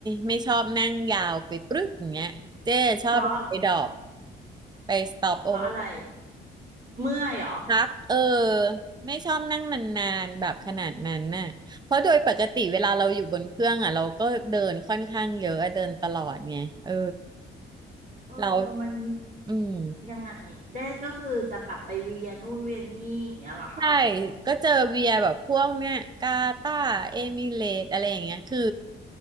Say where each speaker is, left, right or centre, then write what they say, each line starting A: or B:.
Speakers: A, on the right; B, on the right.
A: ไม่ชอบนั่งยาวไปปรึ๊ดอย่างเงี้ยเจ้ชอบไปดรอป
B: เพราะ
A: ไปสต็อปโอเวอร์
B: เพราะอะไรเมื่อยเหรอ
A: พักเออไม่ชอบนั่งนานๆแบบขนาดนั้นน่ะเพราะโดยปกติเวลาเราอยู่บนเครื่องอ่ะเราก็เดินค่อนข้างเยอะเดินตลอดไงเออ
B: เออมัน
A: เราอืม
B: ยังไงเจ๊ก็คือจะปรับไปเวียนู่นเวียนี่อย่างเงี้ยเหรอคะ
A: ใช่ก็เจอเวียแบบพวกเนี้ยกาตาร์เอมิเรตส์อะไรอย่างเงี้ยคือ